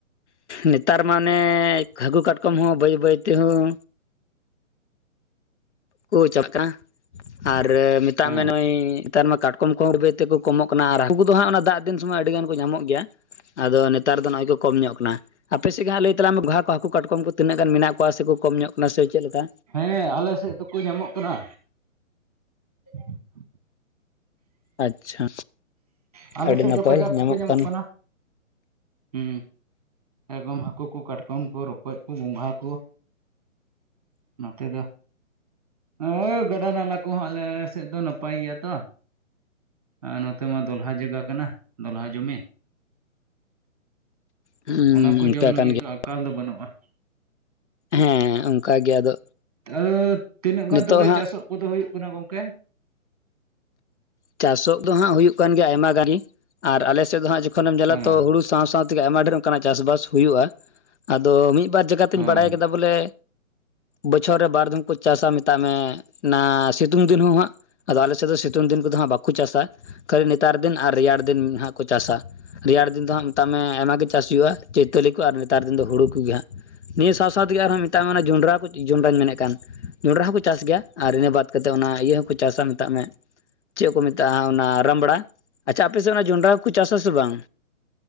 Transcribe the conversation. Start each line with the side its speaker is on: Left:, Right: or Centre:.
Left: ᱱᱮᱛᱟᱨ ᱢᱟᱱᱮ ᱦᱟᱹ ᱠᱩ ᱠᱟᱴᱠᱚᱢ ᱦᱚᱸ ᱵᱟᱹᱭ ᱵᱟᱹᱭ ᱛᱮᱦᱚᱸ ᱠᱚ <unintelligible> ᱟᱨ ᱢᱮᱛᱟᱜ
Right: ᱦᱮᱸ
Left: ᱢᱮ ᱱᱚᱜᱼᱚᱭ ᱛᱟᱨ ᱢᱟ ᱠᱟᱴᱠᱚᱢ ᱠᱚ ᱦᱚ ᱵᱟᱹᱭ - ᱵᱟᱹᱭ ᱛᱮᱠᱚ ᱠᱚᱢᱚᱜ ᱠᱟᱱᱟ᱾ ᱟᱨ ᱦᱟᱹᱠᱩ ᱠᱚ ᱫᱚ ᱦᱟᱸᱜ ᱚᱱᱟ ᱫᱟᱜ ᱫᱤᱱ ᱥᱳᱢᱳᱭ ᱟᱹᱰᱤ ᱜᱟᱱ ᱠᱚ ᱧᱟᱢᱚᱜ ᱜᱮᱭᱟ᱾ ᱟᱫᱚ ᱱᱮᱛᱟᱨ ᱫᱚ ᱱᱚᱜᱼᱚᱭ ᱠᱚ ᱠᱚᱢ ᱧᱚᱜ ᱠᱟᱱᱟ ᱟᱯᱮ ᱥᱮᱫ ᱜᱮ ᱦᱟᱸᱜ ᱞᱟᱹᱭ ᱛᱟᱞᱟ ᱢᱮ ᱜᱚᱸᱝᱦᱟ ᱠᱚ ᱦᱟᱹᱠᱩ ᱠᱟᱴᱠᱚᱢ ᱠᱚ᱾ ᱛᱤᱱᱟᱹᱜ ᱜᱟᱱ ᱢᱮᱱᱟᱜ ᱠᱚᱣᱟ ᱥᱮ ᱠᱚ ᱠᱚᱢ ᱧᱚᱜ ᱠᱟᱱᱟ ᱥᱮ ᱪᱮᱫ ᱞᱮᱠᱟ᱾
Right: ᱦᱮᱸ ᱟᱞᱮ ᱥᱮᱫ ᱫᱚᱠᱚ ᱧᱟᱢᱚᱜ ᱠᱟᱱᱟ᱾ <inaudible>
Left: ᱟᱪᱪᱷᱟ
Right: ᱟᱞᱮ
Left: ᱟᱹᱰᱤ
Right: ᱥᱮᱫ
Left: ᱱᱟᱯᱟᱭ
Right: ᱫᱚ ᱠᱟᱡᱟᱠ ᱛᱮᱠᱚ ᱧᱟᱢᱚᱜ
Left: ᱠᱟᱱ
Right: ᱠᱟᱱᱟ᱾ ᱦᱩᱸ ᱮᱫᱚᱢ ᱦᱟᱹᱠᱩ ᱠᱚ ᱠᱟᱴᱠᱚᱢ ᱠᱚ ᱨᱚᱠᱚᱡ ᱠᱚ ᱜᱚᱸᱝᱦᱟ ᱠᱚ ᱱᱚᱛᱮ ᱫᱚ <unintelligible> ᱜᱟᱰᱟ ᱱᱟᱞᱟ ᱠᱚᱦᱚᱸ ᱟᱞᱮ ᱥᱮᱫ ᱫᱚ ᱱᱟᱯᱟᱭ ᱜᱮᱭᱟ ᱛᱚ ᱟᱨ ᱱᱚᱛᱮ ᱢᱟ ᱫᱚᱞᱦᱟ ᱡᱟᱭᱜᱟ ᱠᱟᱱᱟ ᱫᱚᱞᱦᱟ ᱡᱚᱢᱤ
Left: ᱦᱩᱸ
Right: ᱚᱱᱟ ᱠᱚ
Left: ᱚᱱᱠᱟ
Right: ᱡᱚᱢ ᱞᱟᱹᱜᱤᱫ
Left: ᱠᱟᱱ ᱜᱮᱭᱟ
Right: ᱫᱚ ᱟᱠᱟᱞ ᱫᱚ ᱵᱟᱹᱱᱩᱜᱼᱟ
Left: ᱦᱮᱸ <unintelligible> <unintelligible> ᱜᱮ ᱟᱫᱚ
Right: ᱟᱫᱚ ᱛᱤᱱᱟᱹᱜ ᱜᱟᱱ
Left: ᱱᱤᱛᱚᱜ
Right: ᱛᱚᱵᱮ
Left: ᱦᱟᱸᱜ
Right: ᱪᱟᱥ ᱚᱜ ᱠᱚᱫᱚ ᱦᱩᱭᱩᱜ ᱠᱟᱱᱟ ᱜᱚᱝᱠᱮ
Left: ᱪᱟᱥ ᱚᱜ ᱫᱚ ᱦᱟᱸᱜ ᱦᱩᱭᱩᱜ ᱠᱟᱱ ᱜᱮᱭᱟ ᱟᱭᱢᱟ ᱜᱟᱱ ᱜᱮ ᱟᱨ ᱟᱞᱮ ᱥᱮᱫ ᱫᱚ ᱦᱟᱸᱜ ᱡᱚᱠᱷᱚᱱ ᱮᱢ ᱧᱮᱞᱟ
Right: ᱦᱮᱸ
Left: ᱛᱚ ᱦᱩᱲᱩ ᱥᱟᱶ ᱥᱟᱶ ᱛᱮ ᱟᱭᱢᱟ ᱰᱷᱮᱨ ᱚᱱᱠᱟᱱᱟᱜ ᱪᱟᱥᱵᱟᱥ ᱦᱩᱭᱩᱜᱼᱟ ᱟᱫᱚ ᱢᱤᱫ, ᱵᱟᱨ ᱡᱟᱭᱜᱟ ᱛᱚᱧ
Right: ᱦᱮᱸ
Left: ᱵᱟᱲᱟᱭ ᱠᱟᱫᱟ ᱵᱚᱞᱮ ᱵᱚᱪᱷᱚᱨ ᱨᱮ ᱵᱟᱨᱫᱷᱟᱧᱢ ᱠᱚ ᱪᱟᱥᱟ ᱢᱮᱛᱟᱜ ᱢᱮ ᱚᱱᱟ ᱥᱤᱛᱩᱝ ᱫᱤᱱ ᱦᱚᱸ ᱦᱟᱸᱜ ᱟᱫᱚ ᱟᱞᱮᱥᱮᱫ ᱫᱚ ᱥᱤᱛᱩᱝ ᱥᱤᱛᱩᱝ ᱫᱤᱱ ᱠᱚᱫᱚ ᱦᱟᱸᱜ ᱵᱟᱠᱚ ᱪᱟᱥᱟ ᱠᱷᱟᱹᱞᱤ ᱱᱮᱛᱟᱨ ᱫᱤᱱ ᱟᱨ ᱨᱮᱭᱟᱲ ᱫᱤᱱ ᱦᱟᱸᱜ ᱠᱚ ᱪᱟᱥᱟ, ᱨᱮᱭᱟᱲ ᱫᱤᱱ ᱫᱚ ᱦᱟᱸᱜ ᱢᱮᱛᱟᱜ ᱢᱮ ᱟᱭᱢᱟᱜ ᱜᱮ ᱪᱟᱥ ᱦᱩᱭᱩᱜᱼᱟ ᱪᱳᱭᱛᱟᱞᱤ ᱠᱚ ᱟᱨ ᱱᱮᱛᱟᱨ ᱫᱤᱱ ᱫᱚ ᱦᱩᱲᱩ ᱠᱚᱜᱮ ᱦᱟᱸᱜ, ᱱᱤᱭᱟᱹ ᱥᱟᱶ ᱥᱟᱶᱛᱮᱜ ᱟᱨᱦᱚᱸ ᱢᱮᱟᱜ ᱢᱮ ᱡᱚᱸᱰᱨᱟ ᱠᱚ ᱡᱚᱸᱰᱨᱟᱧ ᱢᱮᱱᱮᱫ ᱠᱟᱱ ᱡᱚᱸᱰᱨᱟ ᱦᱚᱸᱠᱚ ᱪᱟᱥ ᱜᱮᱭᱟ ᱟᱨ ᱤᱱᱟᱹ ᱵᱟᱫ ᱠᱟᱛᱮᱫ ᱚᱱᱟ ᱤᱭᱟᱹ ᱦᱚᱸᱠᱚ ᱪᱟᱥᱟ ᱢᱮᱛᱟᱜ ᱢᱮ ᱪᱮᱫ ᱠᱚ ᱢᱮᱛᱟᱜᱼᱟ ᱚᱱᱟ ᱨᱟᱢᱵᱲᱟ ᱟᱪᱪᱷᱟ ᱟᱯᱮᱥᱮᱫ ᱚᱱᱟ ᱡᱚᱱᱰᱨᱟ ᱠᱚ ᱪᱟᱥᱟ ᱥᱮ ᱵᱟᱝ?